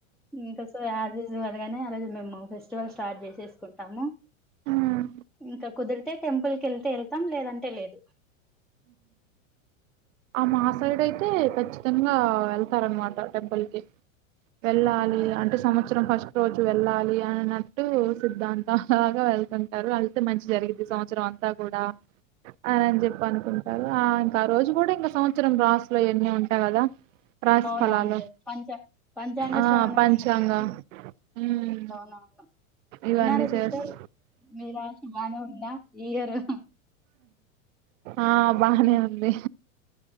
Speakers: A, in the centre; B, on the right (about 70°).
A: ఇంకా సో యాజ్ యూజువల్ గానే ఆ రోజు మేము ఫెస్టివల్ స్టార్ట్ చేసేసుకుంటాము
B: ఉమ్
A: ఇంకా కుదిరితే టెంపుల్ క వెళ్తే వెళ్తాం లేదంటే లేదు
B: ఆ మా సైడ్ అయితే ఖచ్చితంగా వెళ్తారనమాట టెంపుల్ కి వెళ్ళాలి
A: అవునవును
B: అంటే సంవత్సరం ఫస్ట్ రోజు వెళ్ళాలి అన్నట్టు సిద్ దాంతాలాగా వెళ్తుంటారు వెళ్తే మంచి జరిగింది ఈ సంవత్సరం అంతా కూడా అ అని చెప్పాను అంటారు ఆ ఇంకా ఆ రోజు కూడా ఇంకా సంవత్సరం రాసులో ఇవన్నీ ఉంటాయి కదా రాశి
A: అవునవును
B: ఫలాలు
A: సార్ పంచా పంచాంగ
B: ఆ
A: శ్రావణ
B: పంచాంగ
A: వినాలి అని
B: ఉమ్
A: అవునవును
B: ఇవన్నీ
A: వినాలి
B: చేస్త
A: సిస్టర్ మీ రా బాగానే ఉందా ఈయరు
B: ఆ బానే ఉంది